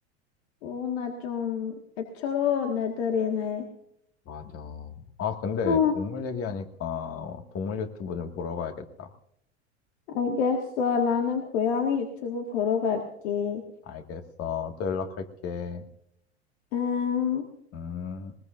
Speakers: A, on the left; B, on the left.
A: 오늘 좀 애처로운 애들이네.
B: 맞아. 아, 근데
A: 아,
B: 동물 얘기하니까 동물 유튜브 좀 보러 가야겠다.
A: 알겠어. 나는 고양이 유튜브 보러 갈게.
B: 알겠어. 또 연락할게.
A: 음.
B: 음.